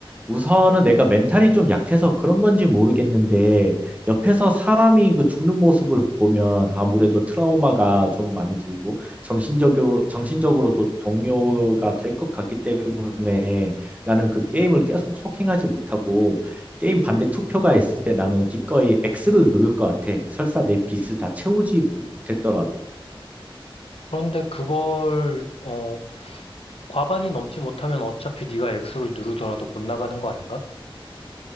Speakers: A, on the right; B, on the left.
A: 우선은 내가 멘탈이 좀 약해서 그런 건지 모르겠는데, 옆에서 사람이 그 죽는 모습을 보면 아무래도 트라우마가 좀 많이 들고, 정신적으로, 정신적으로도 동요가 될 것 같기 때문에 나는 그 게임을 계속 소킹하지 못하고, 게임 반대 투표가 있을 때 나는 기꺼이 X를 누를 것 같아. 설사 내 빚을 다 채우지 못했더라도.
B: 그런데 그걸 어, 과반이 넘지 못하면 어차피 네가 액수를 누르더라도 못 나가는 거 아닌가?